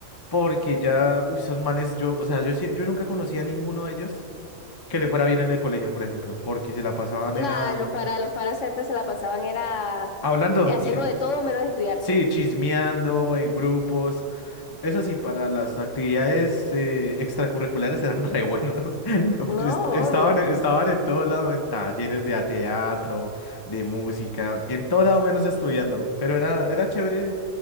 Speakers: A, on the left; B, on the left.
A: Porque ya, uy, esos manes, yo, o sea, yo, sí- yo nunca conocía a ninguno de ellos que le fuera bien en el colegio, por ejemplo, porque se la pasaban
B: Nah,
A: era
B: los faras, los faras siempre se la pasaban, era
A: hablando.
B: mm, haciendo
A: sí.
B: de todo menos estudiar.
A: Sí, chismeando en grupos. Eso sí, para las actividades eh, extracurriculares eran re buenos. <laughs>
B: No,
A: Est- Estaban,
B: obvio.
A: estaban en todo lado, en talleres de a- teatro, de música, en todo lado menos estudiando. Pero era, era chévere